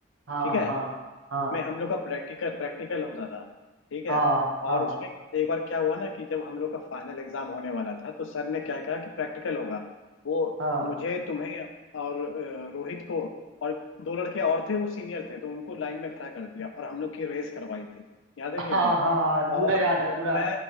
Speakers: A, on the right (about 80°); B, on the left (about 70°).
A: हाँ
B: ठीक है
A: हाँ हाँ
B: में हम लोग का प्रैक्टिकल प्रैक्टिकल होता था ठीक है
A: हाँ
B: और
A: हाँ
B: उसमें एक बार क्या हुआ ना कि जब हम लोग का फाइनल एग्जाम होने वाला था तो सर ने क्या कहा कि प्रैक्टिकल होगा वो
A: हाँ
B: मुझे तुम्हें और अ, रोहित को और दो लड़के और थे वो सीनियर थे तो उनको लाइन में खड़ा कर दिया और हम लोग की रेस करवाई थी याद है
A: हाँ
B: कि नहीं
A: हाँ हाँ, पूरा
B: और
A: याद है पूरा
B: मैं